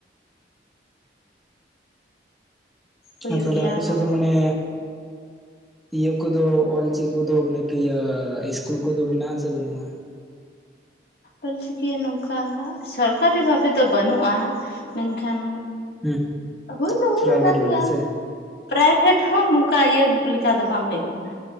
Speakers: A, on the left; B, in the centre.
A: ᱦᱩᱭᱩᱜ
B: ᱦᱮ ᱛᱟᱦᱚᱞᱮ
A: ᱜᱮᱭᱟ
B: ᱟᱯᱮ
A: ᱚᱱᱟ
B: ᱥᱮᱫ ᱫᱚ ᱢᱟᱱᱮ ᱤᱭᱟᱹ ᱠᱚᱫᱚ ᱚᱞ ᱪᱤᱠᱤ ᱠᱚᱫᱚ ᱢᱟᱱᱮ ᱤᱭᱟᱹ ᱤᱥᱠᱩᱞ ᱠᱚᱫᱚ ᱢᱮᱱᱟᱜ ᱟᱥᱮ ᱵᱟᱹᱱᱩᱜᱼᱟ?
A: ᱚᱞᱪᱤᱠᱤ ᱱᱚᱝᱠᱟ ᱥᱚᱨᱠᱟᱨᱤ ᱵᱷᱟᱵᱮ ᱫᱚ ᱵᱟᱹᱱᱩᱜᱼᱟ, ᱢᱮᱱᱠᱷᱟᱱ
B: ᱦᱩᱸ
A: ᱦᱩᱭ ᱫᱚ ᱦᱩᱭᱩᱜ
B: ᱯᱨᱟᱭᱵᱷᱮᱴ
A: ᱠᱟᱱ
B: ᱵᱟᱞᱟ
A: ᱜᱮᱭᱟ
B: ᱥᱮ
A: ᱾ ᱯᱨᱟᱭᱵᱷᱮᱴ ᱦᱚᱸ ᱱᱚᱝᱠᱟ ᱤᱭᱟᱹ ᱞᱮᱠᱟ ᱫᱚ ᱵᱟᱝ ᱦᱩᱭᱩᱜ ᱠᱟᱱᱟ